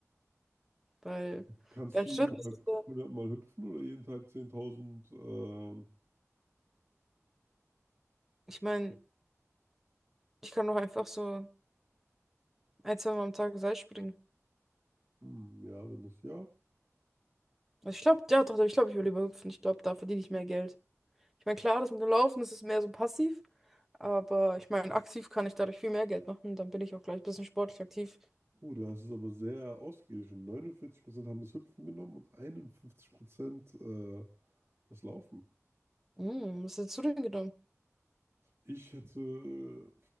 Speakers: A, in the centre; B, on the right.
A: Weil
B: Kannst
A: beim
B: du
A: Schwimmen
B: jeden
A: ist
B: Tag
A: es ja,
B: 100 Mal hüpfen oder jeden Tag 10.000? Ähm,
A: ich meine, ich kann doch einfach so ein, zwei Mal am Tag Seil springen.
B: hm, ja, wenn das ja.
A: Also ich glaube, ja doch, ich glaube, ich will lieber hüpfen. Ich glaube, da verdiene ich mehr Geld. Ich meine, klar, das mit dem Laufen, das ist mehr so passiv. Aber ich meine, aktiv kann ich dadurch viel mehr Geld machen. Dann bin ich auch gleich ein bisschen sportlich aktiv.
B: Oh, das ist aber sehr ausgeglichen. neunundvierzig Prozent haben das Hüpfen genommen und 51% äh, das Laufen.
A: Hm, was hättest du denn genommen?
B: Ich hätte,